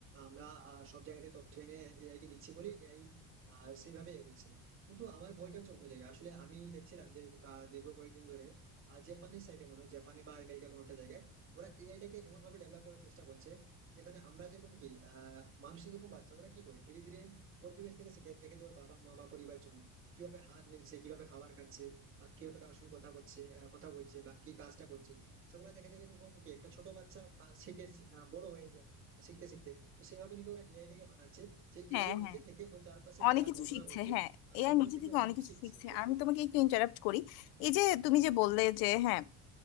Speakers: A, on the right; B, on the left.
A: আমরা আহ, সব জায়গা থেকে তথ্য এনে এআই কে দিচ্ছি বলেই এআই সেইভাবে এগোচ্ছে কিন্তু আমার ভয়টা হচ্ছে অন্য জায়গায় আসলে আমি দেখছিলাম যে আহ, দীর্ঘ কয়েকদিন ধরে আহ, জাপানের সাইডে মনে হয় জাপানে বা আমেরিকা কোনো একটা জায়গায় ওরা এআইটাকে এমন ভাবে ডেভেলপ করার চেষ্টা করছে যেখানে আমরা যেরকম কি আহ মানুষের যেরকম বাচ্চা ওরা কি করে ধীরে ধীরে পরিবেশ থেকে শিখে দেখে যে ওর বাবা মা বা পরিবার জন কিভাবে হাত মিলছে কিভাবে খাবার খাচ্ছে বা কিভাবে কারোর সঙ্গে কথা করছে আহ, কথা বলছে বা কি কাজটা করছে সেগুলো দেখে দেখে যেরকম কি একটা ছোট বাচ্চা আহ, শিখে আহ, বড় হয়ে যায় শিখতে শিখতে তো সেভাবে নাকি ওরা এআইটাকে বানাচ্ছে যে
B: হ্যাঁ
A: এআই নিজে
B: হ্যাঁ
A: থেকে ওর চারপাশে
B: অনেক
A: যা
B: কিছু
A: ঘটনা
B: শিখছে
A: ঘটছে
B: হ্যাঁ
A: আর
B: এআই
A: সেগুলো
B: নিজে
A: থেকে
B: থেকে
A: অনেক
B: অনেক
A: কিছু
B: কিছু
A: শিখছি
B: শিখছে
A: তো
B: আমি তোমাকে একটু ইন্টারাপ্ট করি এই যে তুমি যে বললে যে হ্যাঁ